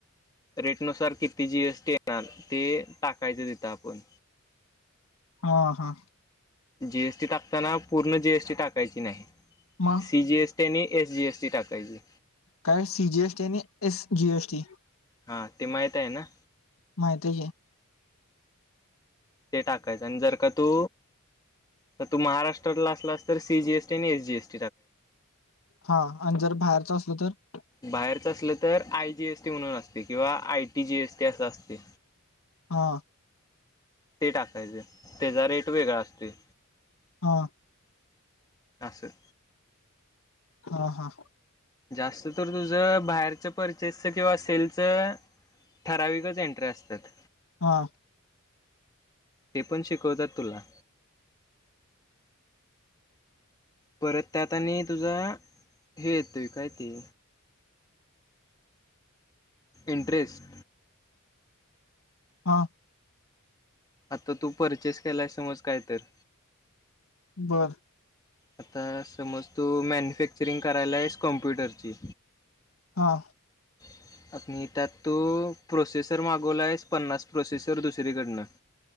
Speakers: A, on the left; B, on the left.
A: रेटनुसार किती जीएसटी येणार ते टाकायचं तथं आपण
B: ह हा
A: जीएसटी टाकताना पूर्ण जीएसटी टाकायची नाही
B: मग
A: सी जीएसटी त्यांनी एस जी एस टी टाकायची
B: काय सी जी एस टी आणि एस जी एस टी
A: हा ते माहित आहे ना
B: माहित
A: ते टाकायचं आणि जर का तू तर तू महाराष्ट्रातला असलास तर सीजीएसी आणि एस जीएसी
B: हा आणि जर बाहेरच असल तर
A: बाहेरचं असलं तर आय जीएसटी म्हणून असते किंवा आय टी जी एसटी असं असते
B: हा
A: ते टाकायचे त्याचा रेट वेगळा असते
B: हा
A: असं
B: हा हा
A: जास्त तर तुझं बाहेरचं परचेसच किंवा सेलच ठराविकच एंट्री असतात
B: हा
A: ते पण शिकवतात तुला. परत त्यात आणि तुझा हे येतोय काय ते. इंटरेस्ट.
B: हा.
A: आता तू परचेस केलाय समज काय तर.
B: बरं.
A: आता समज तू मॅन्युफॅक्चरिंग करायला आहेस कॉम्प्युटरची.
B: हा.
A: <inaudible> त्यात तो प्रोसेसर मागवला आहेस पन्नास प्रोसेसर दुसरीकडनं. <inaudible>